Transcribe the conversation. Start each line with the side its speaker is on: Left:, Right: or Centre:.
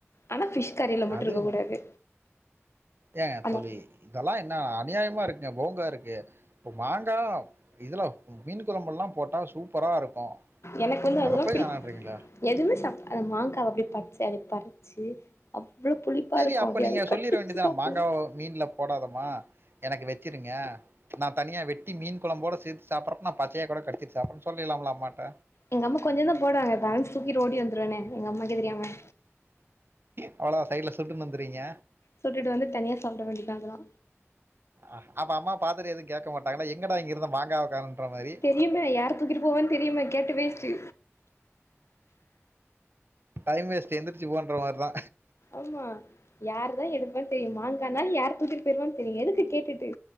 Left: ஆனா ஃபிஷ் கறில மட்டு
Right: அது
Left: இருக்க கூடாது
Right: ஏங்க
Left: ஆமா
Right: தோழி இதெல்லா என்ன அநியாயமா இருக்குங்க போங்கா இருக்கு இப்ப மாங்கா இதுல மீன் கொழம்புலல்லா போட்டா சூப்பரா இருக்கு
Left: எனக்கு வந்து அதெல்லா
Right: அத போய்
Left: பிடி
Right: வேணான்றீங்களா
Left: எதுவுமே சாப் அத மாங்காவ அப்டியே பறிச்சு அத பறிச்சி அவ்ளோ புளிப்பா
Right: சரி
Left: இருக்கு
Right: அப்ப
Left: அப்டியே
Right: நீங்க
Left: அத கடிச்சி
Right: சொல்லிற வேண்டியதுதான
Left: சாப்டுவோ
Right: மாங்காவ மீன்ல போடாதம்மா எனக்கு வச்சிருங்க நா தனியா வெட்டி மீன்கொழம்போட சேத்து சாப்ட்றப்ப நா பச்சையா கூட கடிச்சிட்டு சாப்ட்றேன்னு சொல்லிர்லாம்ல அம்மாட்ட
Left: எங்க அம்மா கொஞ்சந்தா போடுவாங்க பேலன்ஸ் தூக்கிட்டு ஓடி வந்துருவேனே எங்க அம்மாக்கே தெரியாம
Right: அவ்ளோதா சைட்ல சுட்டுன்னு வந்துர்வீங்க
Left: சுட்டுட்டு வந்து தனியா சாப்ட வேண்டிதா அதுலா
Right: அ அப்ப அம்மா பாத்துட்டு எது கேக்க மாட்டாங்லா எங்கடா இங்க இருந்த மாங்காவே காணோன்ற மாரி
Left: தெரியுமே யார் தூக்கிட்டு போவான் தெரிமே கேட்ட வேஸ்ட்டு
Right: டைம் வேஸ்ட் எந்திரிச்சு போன்ற மார்தா
Left: ஆமா யாருதா எடுப்பான் தெரியு மாங்கானால் யாரு தூக்கிட்டு போய்டுவான்னு தெரியு எதுக்கு கேட்டுட்டு